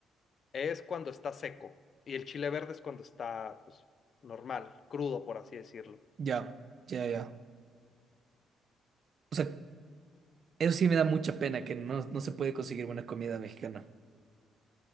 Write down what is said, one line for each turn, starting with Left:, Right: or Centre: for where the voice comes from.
Left: es cuando está seco y el chile verde es cuando está, pues, normal, crudo, por así decirlo.
Right: Ya, ya, ya. O sea, eso sí me da mucha pena que no, no se puede conseguir buena comida mexicana.